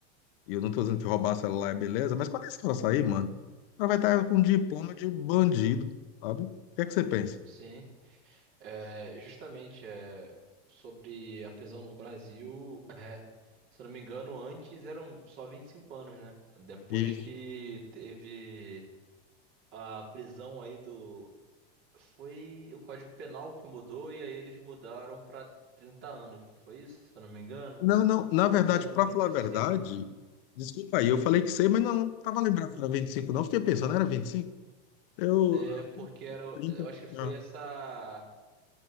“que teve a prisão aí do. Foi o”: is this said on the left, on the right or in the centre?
Right